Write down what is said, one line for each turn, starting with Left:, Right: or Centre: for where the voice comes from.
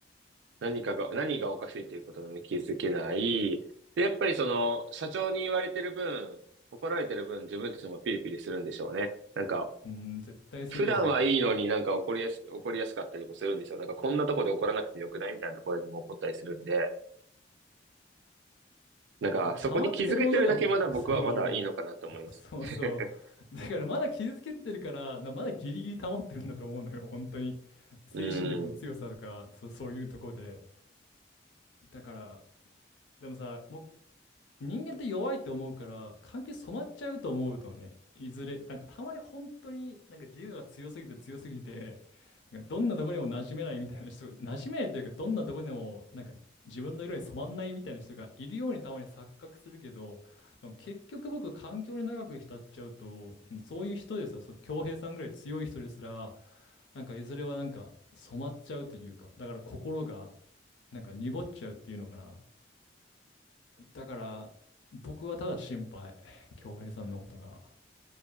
Right: 何かが、何がおかしいということに気づけない。で、やっぱりその、社長に言われてる分、怒られてる分、自分たちもピリピリするんでしょうね。なんか、
Left: うん、絶対するよ。
Right: 普段はいいのになんか怒りやす、怒りやすかったりもするんですよ。なんか、こんなとこで怒らなくてよくないみたいなところでも怒ったりするんで、なんか、そこに気づけてるだけまだ僕はまだいいのかなと思いますね。
Left: 溜まってるものが、そう、<laughs> そうそ
Right: <laughs>
Left: う。だからまだ傷つけてるから、なまだギリギリ保ってるんだと思うのよ、本当に。精神力の強さとか、
Right: うん。い
Left: そ、そういうところで。だから、でもさ、も人間って弱いって思うから関係染まっちゃうと思うとねいずれなんかたまに本当になんか自我が強すぎて強すぎてなんかどんなとこにも馴染めないみたいな人馴染めないというかどんなとこでもなんか自分の色に染まんないみたいな人がいるようにたまに錯覚するけどでも結局僕環境に長く浸っちゃうとうんそういう人ですらそう恭平さんぐらい強い人ですらなんかいずれはなんか染まっちゃうというかだから心がなんか濁っちゃうっていうのかなだから、僕はただ心配。恭平さんのことが。